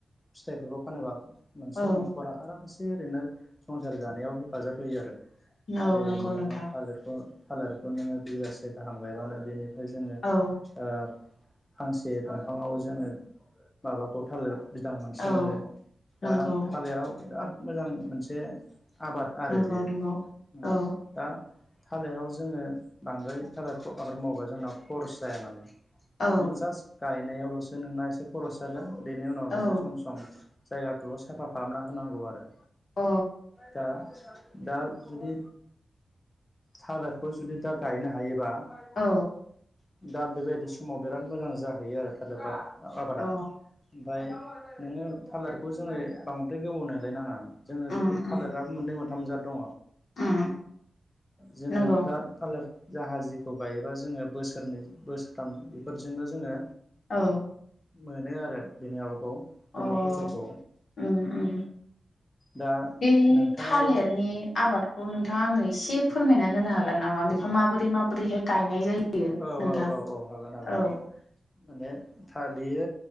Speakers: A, on the left; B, on the left.
A: फिथाइफोरखौ फानोबा मोनसे
B: औ
A: नखरा आरामसे ओरैनो संसार जानायाव हेफाजाब होयो आरो।
B: औ
A: जेरै
B: नंगौ
A: नोंङो
B: नोंथां
A: थालिरखौ थालारखौ नोंङो बिगासे गाहाम गायबानो बिनिफ्राय जोङो
B: औ
A: ओ फांसे दंफाङाव जोंङो माबाखौ थालिर बिदां मोनसे
B: औ
A: मोनो
B: नंगौ
A: दा थालिराव बिराद मोजां मोनसे आबाद आरो
B: नंगौ
A: बेयो
B: नंगौ
A: म
B: औ
A: दा थालिराव जोङो बांद्राय थालिर आबाद मावोबा जोंनाव खरस जाया माने
B: औ
A: नों जास्ट गायनायावल'सो नोंना एसे खरस जागोन बेनि उनाव
B: औ
A: नोंङो सम सम जायगाखौल' साफा खालामना होनांगौ आरो
B: अ
A: दा दा जुदि थालिरखौ जुदि दा गायनो हायोबा दा
B: औ
A: बेबायदि समाव बिराद मोजां जाहैयो आरो थारेफ्रा आबादा
B: अ
A: ओमफ्राय नोंङो थालारखौ जोङो बांद्राय गोबौ नायलाय नाङा। जोङो
B: उम
A: जुदि खाालारा
B: उम
A: मोननै मोनथाम जाद दङ
B: उम
A: जोङो
B: नंगौ
A: दा थालिर जोंहाजखौ गायोबा जोंङो बोसोरनै बोसोरथाम बेफोरजोंनो जोंङो
B: औ
A: मोनो आरो बिनि आबाखौ
B: अ
A: बिनि फसलखौ।
B: उम उम
A: दा
B: बे
A: नोंथाङाबो
B: थालिरनि आबादखौ नों नोंथाङा आंनो एसे फोरमायना होनो हागोन नामा बेखौ माबोरै माबोरैहाय गायनाय जायो?
A: औ
B: नोंथां
A: औ औ औ हागोन हागोन।
B: औ
A: माने थालिर